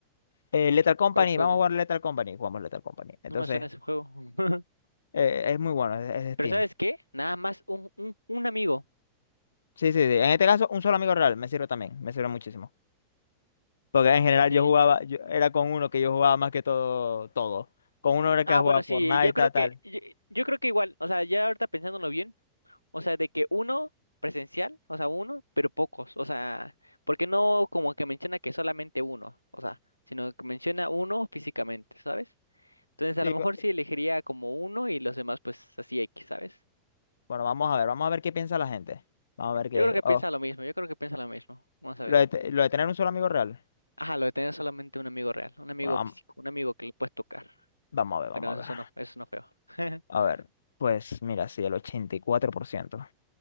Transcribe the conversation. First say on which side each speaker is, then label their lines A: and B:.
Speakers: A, on the left (about 70°); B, on the left (about 85°).
A: Eh, Lethal Company,
B: ¿cuál juego?
A: vamos a jugar Lethal Company, jugamos Lethal Company. Entonces,
B: No me suena ese juego. <laughs>
A: eh, es muy bueno, es, es de Steam.
B: Pero ¿sabes qué? Nada más un, un, un amigo.
A: Sí, sí, sí. En este caso, un solo amigo real me sirve también, me sirve muchísimo. Porque en general
B: Ok.
A: yo jugaba, yo, era con uno que yo jugaba más que todo, todo. Con uno era que
B: Ah,
A: jugaba
B: bueno,
A: Fortnite,
B: sí, yo
A: tal,
B: creo
A: tal.
B: que, yo, yo creo que igual, o sea, ya ahorita pensándolo bien. O sea, de que uno presencial, o sea, uno, pero pocos. O sea, porque no como que menciona que solamente uno, o sea, sino que menciona uno físicamente, ¿sabes? Entonces, a
A: Sí,
B: lo mejor
A: co-
B: sí elegiría como uno y los demás, pues así X, ¿sabes?
A: bueno, vamos a ver, vamos a ver qué piensa la gente. Vamos a ver qué.
B: Yo creo que
A: Oh,
B: piensa lo mismo, yo creo que piensa lo mismo. Vamos a
A: lo
B: ver.
A: de, te- lo de tener un solo amigo real.
B: Ajá, lo de tener solamente un amigo real, un amigo
A: Bueno, vam-
B: físico, un amigo que le puedes tocar.
A: vamos, a ver, vamos
B: Bueno, eso
A: a ver.
B: no, eso no feo. <laughs>
A: A ver, pues mira, sí, el ochenta y cuatro por ciento